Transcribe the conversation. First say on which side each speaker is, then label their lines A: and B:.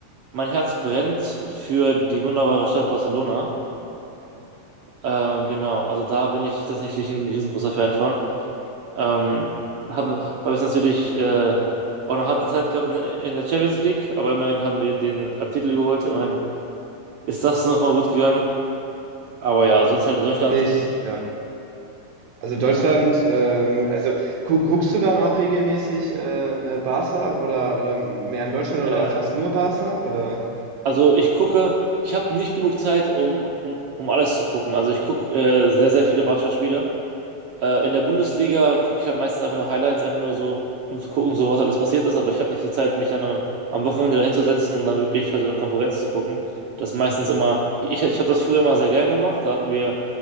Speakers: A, on the right; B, on the right.
A: mein Herz brennt für die wunderbare Stadt Barcelona.
B: Aha.
A: Ähm, genau, also da bin ich tatsächlich ein riesengroßer Fan von. Ähm, habe hab es natürlich äh, auch noch harte Zeit gehabt in, in der Champions League, aber immerhin haben wir den äh, Titel geholt. Immerhin ist das nochmal gut gegangen. Aber
B: Ja,
A: ja, sonst halt in Deutschland.
B: Ich, ja. Also
A: äh,
B: Deutschland, ähm, also gu guckst du dann auch regelmäßig äh, äh, Barca oder, oder mehr in Deutschland
A: Ja,
B: oder
A: ja.
B: fast nur Barca oder?
A: Also ich gucke, ich habe nicht genug Zeit, um, um, um alles zu gucken. Also ich gucke äh, sehr, sehr viele Barca-Spiele. Äh, in der Bundesliga gucke ich halt meistens einfach nur Highlights, einfach nur so, um zu gucken, so was alles passiert ist, aber ich habe nicht die Zeit, mich dann am, am Wochenende dahinzusetzen und dann wirklich halt so eine Konferenz zu gucken. Das ist meistens immer, ich, ich habe das früher mal sehr gern gemacht, da hatten wir